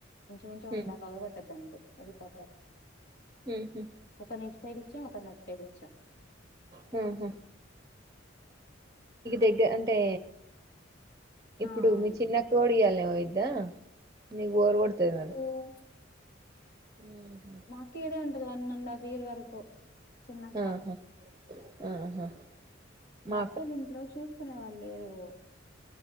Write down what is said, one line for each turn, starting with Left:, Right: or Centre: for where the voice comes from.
Left: ఇంచుమించు one
Right: um
Left: and half hour పట్టుది అంతే ఎల్పోతారు
Right: ఉమ్ హు
Left: ఒకరిని ఇటు సైడ్ ఇచ్చాం ఒకరిని అటు సైడ్ ఇచ్చాం
Right: హ్మ్ హు దగ్గర అంటే ఇప్పుడు
Left: ఆ
Right: మీ చిన్నకొడిఇయాల్నె పోయిద్దా నీక్ బోర్ కొడుతది మళ్ళీ
Left: వు
Right: ఉమ్ హు
Left: మా అక్కిడే వుంటది వన్ అండ్ హాఫ్ ఇయర్ వరకు చిన్నక్క
Right: ఆహా ఆహా మా
Left: వాత్తోలింట్లొ చూసుకునే వాలేరు